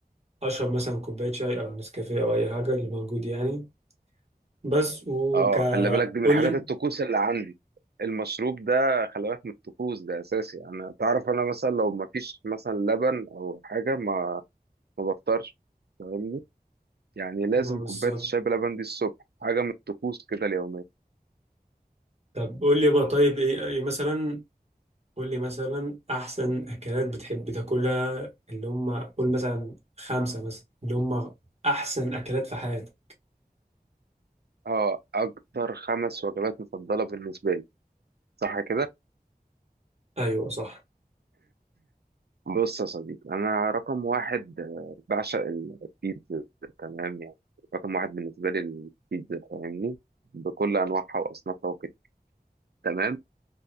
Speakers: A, on the right; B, on the right.
A: اشرب مثلا كوبايه شاي او نسكافيه او اي حاجه اللي موجود يعني بس وك
B: اه خلي بالك دي من
A: قول
B: الحاجات
A: لي
B: الطقوس اللي عندي المشروب ده خلي بالك من الطقوس ده اساسي انا تعرف انا مثلا لو ما فيش مثلا لبن او حاجه ما ما بفطرش فاهمني يعني لازم
A: آه، بالظبط
B: كوبايه الشاي بلبن دي الصبح حاجه من الطقوس كده اليوميه
A: طب قول لي بقى طيب ايه إيه مثلا قول لي مثلا احسن اكلات بتحب تاكلها اللي هم قول مثلا خمسة مثلا اللي هم احسن اكلات في حياتك
B: اه اكتر خمس وجبات مفضله بالنسبه لي صح كده
A: ايوه صح
B: بص يا صديقي انا رقم واحد آه، بعشق البيتزا تمام يعني رقم واحد بالنسبه لي البيتزا فاهمني بكل انواعها واصنافها وكده تمام